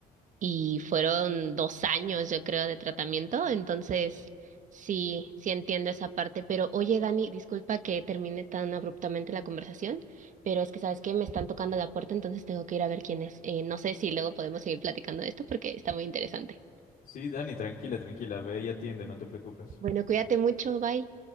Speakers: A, on the right (about 50°); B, on the left (about 55°).
A: y fueron dos años, yo creo, de tratamiento, entonces sí, sí entiendo esa parte, pero oye, Dani, disculpa que termine tan abruptamente la conversación, pero es que sabes que me están tocando la puerta, entonces tengo que ir a ver quién es. Eh, no sé si luego podemos seguir platicando de esto porque está muy interesante.
B: Sí, Dani, tranquila, tranquila, ve y atiende, no te preocupes.
A: Bueno, cuídate mucho, bye.